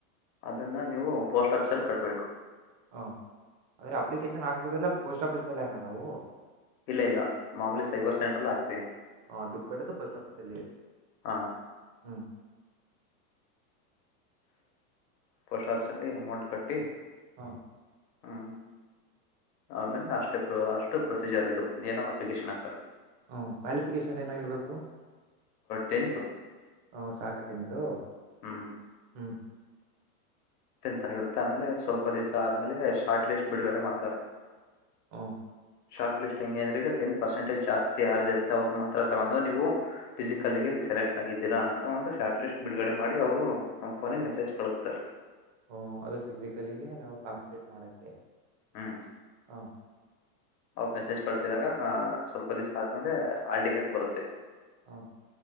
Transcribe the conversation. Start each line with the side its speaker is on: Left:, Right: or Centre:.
Left: ಅದನ್ನ ನೀವು ಪೋಸ್ಟ್ ಆಫೀಸಲ್ಲಿ ಕಟ್ಬೇಕು.
Right: ಹಾ ಆದರೆ ಅಪ್ಲಿಕೇಶನ್ ಆಗಸೋದೆಲ್ಲ ಪೋಸ್ಟ್ ಆಫೀಸಲ್ಲೇ ಅನ ನಾವು.
Left: ಇಲ್ಲ ಇಲ್ಲ ಮಾಮೂಲಿ. ಸೈಬರ್ ಸೆಂಟ್ರಲ್ಲಿ ಹಾಕ್ಸಿ
Right: ಹ ದೂಡ್ಕಟ್ಟ ಪೋಸ್ಟ್ ಆಫಿಸ ಅಲ್ಲಿ
Left: ಹಾಂ
Right: ಹ್ಮ್.
Left: ಪೋಸ್ಟ್ ಆಫೀಸಲ್ಲಿ ಅಮೌಂಟ್ ಕಟ್ಟಿ.
Right: ಹಾ.
Left: ಹ್ಮ್ ಆಮೇಲೆ ಅಷ್ಟೇ ಅಷ್ಟು ಪ್ರೊಸೀಜರ್ ಇದು ಏನೋ ಅಪ್ಲಿಕೇಶನ್ ಹಾಕದು.
Right: ಹ್ಞ ಕ್ವಾಲಿಫಿಕೇಶನ್ ಏನಾಗಿರ್ಬೇಕು.
Left: ಟೆಂತು
Right: ಹ್ಮ ಸಾಕ ಟ್ಟೆಂತು
Left: ಹ್ಞೂ
Right: ಹ್ಮ್.
Left: ತರರುತ್ತೆ ಆಮೇಲೆ ಸ್ವಲ್ಪ ದಿವ್ಸ ಆದ್ಮೇಲೆ ಶಾರ್ಟ್ ಲಿಸ್ಟ್ ಬಿಡುಗಡೆ ಮಾಡ್ತಾರೆ.
Right: ಹ.
Left: ಶಾರ್ಟ್ ಲಿಸ್ಟ್ ಹೆಂಗೆ ಅಂದ್ರೆ ಈಗ ಟೆನ್ ಪರ್ಸೆಟೇಜ್ ಜಾಸ್ತಿ ಯಾರ್ದ ಇತ್ತ ಅವಿಗೆ ಮಾತ್ರ ತಗೊಂಡು ನೀವು. ಫಿಸಿಕಲ್ಗೆ ಸೆಲೆಕ್ಟ್ ಆಗಿದ್ದೀರಾ ಅಂತ ಒಂದು ಶಾರ್ಟ್ ಲಿಸ್ಟ್ ಬಿಡುಗಡೆ ಮಾಡಿ ಅವರು ನಮ್ಮ ಫೋನಿಗೆ ಮೆಸೇಜ್ ಕಳಿಸ್ತಾರೆ.
Right: ಹ ಅದು ಫಿಸಿಕಲಿಗೆ ನಾವು ಕಾಂಪಿಟೇಟ್ ಮಾಡಕ್ಕೆ
Left: ಹ್ಞೂ
Right: ಹಾ.
Left: ಅವ್ರು ಮೆಸೇಜ್ ಕಳಸಿದಾಗ ಸ್ವಲ್ಪ ದಿವಸ ಆದ್ಮೇಲೆ ಹಾಲ್ ಟಿಕೆಟ್ ಬರುತ್ತೆ
Right: ಹಾ